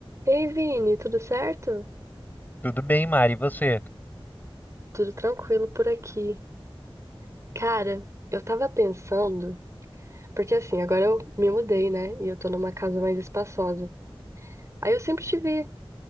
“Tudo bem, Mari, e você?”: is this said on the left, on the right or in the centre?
Left